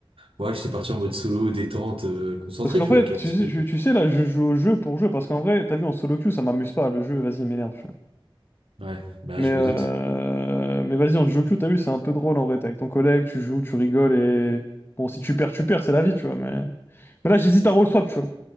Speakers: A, on the right; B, on the left.
A: Ouais, j'étais parti en mode solo, détente, euh, concentré,
B: Parce qu'en
A: tu
B: fait,
A: vois, avec un
B: tu,
A: petit
B: sais-
A: peu.
B: tu, tu sais, là, je joue au jeu pour jouer, parce qu'en vrai, t'as vu, en solo queue, ça m'amuse pas, le jeu, vas-y, il m'énerve, tu vois.
A: Ouais, bah,
B: Mais,
A: je
B: euh,
A: me doute.
B: mais vas-y, en duo queue, t'as vu, c'est un peu drôle en vrai, t'es avec ton collègue, tu joues, tu rigoles, et... Bon, si tu perds, tu perds, c'est la vie, tu vois, mais... Mais là, j'hésite à roll swap, tu vois.